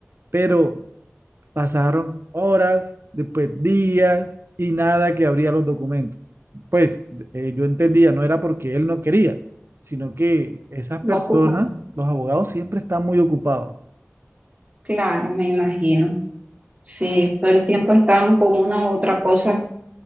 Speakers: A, on the right; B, on the right.
A: Pero pasaron horas, después días y nada que abría los documentos. Pues eh, yo entendía, no era porque él no quería, sino que esas personas,
B: Ocupado.
A: los abogados siempre están muy ocupados.
B: Claro, me imagino. Sí, todo el tiempo están con una u otra cosa